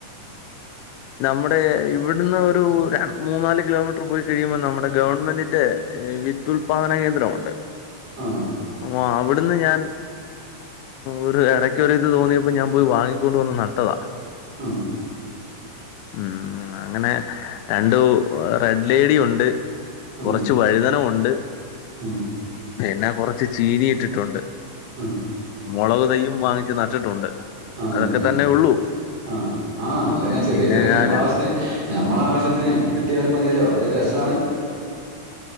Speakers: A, on the left; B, on the right.
A: നമ്മുടെ ഇവിടുന്ന് ഒരു മൂന്നാല്- കിലോമീറ്റർ പോയി കഴിയുമ്പോൾ നമ്മുടെ ഗവൺമെന്റിന്റെ- വിദുത്പാദന കേന്ദ്രമുണ്ട്.
B: ആഹാ... !
A: ആഹാ അവിടുന്ന് ഞാൻ- ഒരു ഇടയ്ക്കൊര് ഇത്- തോന്നിയപ്പോ ഞാൻ പോയി വാങ്ങിക്കൊണ്ട് വന്ന് നട്ടതാ.
B: ആഹാ... !
A: ഉം അങ്ങനെ രണ്ടു റെഡ് ലേഡിയോ ഉണ്ട്,
B: ആ
A: കുറച്ച് വഴുതന ഉണ്ട്
B: ആ
A: പിന്നെ കൊറച്ച്- ചീനിയിട്ടിട്ടുണ്ട്
B: ആ
A: മുളക് തയ്യും വാങ്ങിച്ച് നട്ടിട്ടുണ്ട്.
B: ആഹാ അതന്നെ
A: അതൊക്കെ തന്നെ ഉള്ളൂ
B: ആഹാ ആഹാ അതന്നെ
A: ഏഹ്,
B: ചെറിയ
A: പിന്നെ
B: ചെറിയ
A: ഞാൻ
B: ഞമ്മള അവസ്ഥ. ഞമ്മള ആവശ്യത്തിന് കിട്ടിയാലും മതിയല്ലോ അതോരസമാണ്.